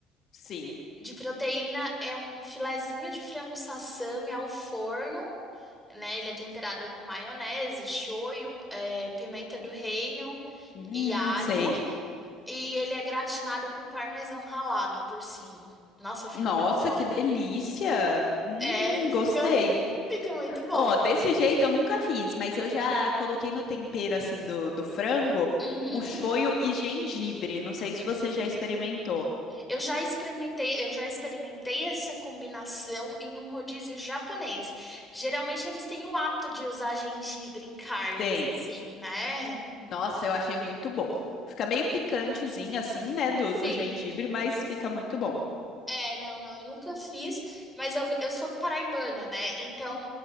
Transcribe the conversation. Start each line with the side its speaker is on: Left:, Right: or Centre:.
Left: sim.
Centre: De proteína é um filezinho de frango sassami ao forno, né? Ele é temperado com maionese, shoyu, é, pimenta do reino
Left: Hum,
Centre: e alho.
Left: sei.
Centre: E ele é gratinado com parmesão ralado por cima. Nossa, fica
Left: Nossa,
Centre: muito bom.
Left: que delícia! Hum,
Centre: É, fica,
Left: gostei.
Centre: fica muito bom.
Left: Ó, desse jeito eu nunca fiz, mas eu já coloquei no tempero assim do, do frango
Centre: Uhum.
Left: o shoyu e gengibre. Não sei se você já experimentou.
Centre: Eu já experimentei, eu já experimentei essa combinação em um rodízio japonês. Geralmente eles têm o hábito de usar gengibre em carnes,
Left: Tem.
Centre: assim, né?
Left: Nossa, eu achei muito bom. Fica meio picantezinho assim, né, do,
Centre: Sim.
Left: do gengibre, mas fica muito bom.
Centre: É, não, não, eu nunca fiz, mas eu, eu sou paraibana, né? Então